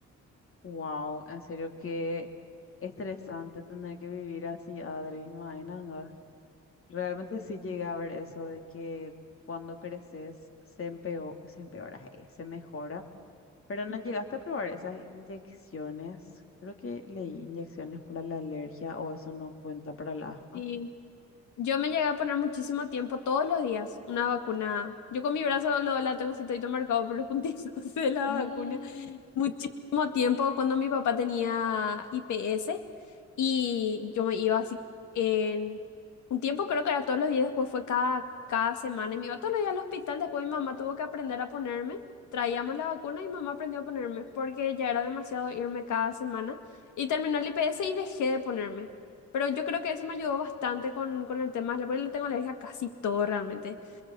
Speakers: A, on the left; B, on the left.
A: Wow, en serio qué estresante tener que vivir así, Adri, imagínate. Realmente sí llegué a ver eso de que cuando creces se empeo- se empeora, eh, se mejora, pero no
B: Ujú.
A: llegaste a probar esas inyecciones. Creo que leí inyecciones para la alergia o eso no cuenta para el asma.
B: Sí,
A: <gasps>
B: Yo me llegué a poner muchísimo tiempo todos los días una vacuna. Yo con mi brazo lo, la tengo así todito marcado por los puntitos <laughs> de la
A: Mm.
B: vacuna muchísimo tiempo cuando mi papá tenía IPS y yo me iba así en un tiempo, creo que era todos los días, después fue cada, cada semana y me iba todos los días al hospital, después mi mamá tuvo que aprender a ponerme, traíamos la vacuna y mamá aprendió a ponerme porque ya era demasiado irme cada semana y terminó el IPS y dejé de ponerme. Pero yo creo que eso me ayudó bastante con, con el tema de la, porque le tengo alergia a casi todo realmente.